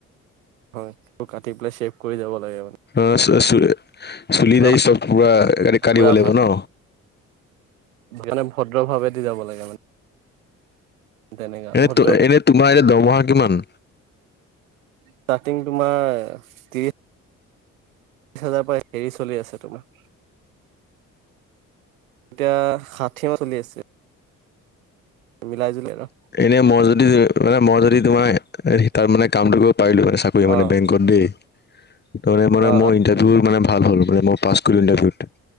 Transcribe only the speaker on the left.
অঁ, চ- চ চুলি,
দাৰি চব পুৰা কাটিব
লাগিব
ন?
এ এনেই
তোমাৰ এতিয়া দমহা কিমান
এনেই মই যদি, এনেই মই যদি তোমাৰ তাৰ মানে কামটো কৰিব পাৰিলোঁ মানে চাকৰি মানে
বেংক কম দেই ত মানে
মই ইণ্টাৰভিউ মানে ভাল হ'ল, মই পাছ কৰি ইণ্টাৰভিউত।